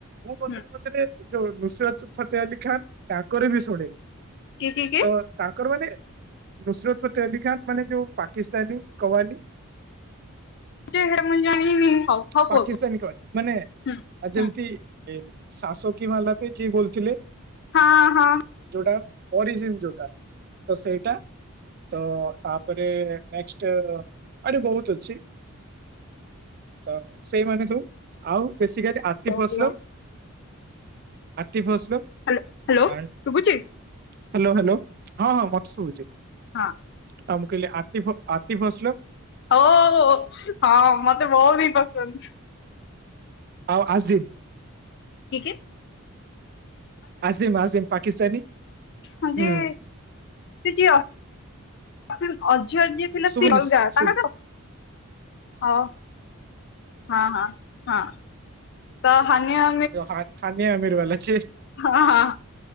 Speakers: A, on the right (about 45°); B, on the left (about 50°).
A: ମୁଁ ପଚାରେ
B: ହୁଁ
A: ପଚାରେ ଯୋଉ ନୁସିରତ୍ ଫତେ ଅଲି ଖାଁ <inaudible> ତାଙ୍କରେ ବି ଶୁଣେ। <inaudible>
B: କି କି କି
A: ତ ତାଙ୍କର ମାନେ <inaudible> ନୁସିରତ୍ ଫତେ ଅଲି ଖାନ ମାନେ ଯୋଉ ପାକିସ୍ତାନୀ କବାଲି।
B: କିଏ ହେଟା ମୁଁ ଜାଣିନି? ହଉ ହଉ କୁହ
A: ପାକିସ୍ତାନୀ
B: କୁହ
A: ତଳେ ମାନେ
B: ହୁଁ
A: <inaudible> ଯେମିତି
B: ହୁଁ
A: <inaudible> ଏ ଶାସକୀ ମାଲାକି ଜି ବୋଲୁ ଥିଲେ।
B: ହଁ ହଁ।
A: ଯୋଉଟା <inaudible> ଓରିଜିନ୍ ଯୋଉଟା <inaudible> ତ ସେଇଟା ତ ତାପରେ ନେକ୍ସଟ୍ <inaudible> ମାନେ ବହୁତ ଅଛି। ତ ସେଇମାନେ ସବୁ ଆଉ ବେଶୀ କାଲି ଆତି
B: ହ୍ୟାଲୋ
A: ପସଲ। ଆତିଫସଲ
B: ହ୍ୟାଲୋ ହ୍ୟାଲୋ
A: ଆଣ୍ଡ
B: ଶୁଭୁଛି
A: ହ୍ୟାଲୋ ହ୍ୟାଲୋ। ହଁ ହଁ ମତେ ସୁବୁଛି,
B: ହଁ
A: ଆଉ ମୁଁ କହିଲି ଆତି ଫସ ଲମ୍।
B: ହୋ ହୋ ହଁ ମତେ ବହୁ ବି ପସନ୍ଦ।
A: ଆଉ ଆଜିିଲ୍।
B: କିଏ କିଏ?
A: ଆଜିମ ଆଜିମ୍ ପାକିସ୍ତାନୀ।
B: ହଁ ଯେ
A: ହୁଁ
B: ସିଏ ଯେ ଅଯୟ ଯିଏ ଥିଲା
A: ଶୁଭୁନି
B: ସେ ଅଲଗା
A: ଶୁଭ
B: ତାଙ୍କ ତା ହଉ ହଁ ହଁ ହଁ ତ ହାନି ଆ
A: ଯଉ ଛାଣିଆ ଆମିର ବାଲା ଛି
B: ହଁ ହଁ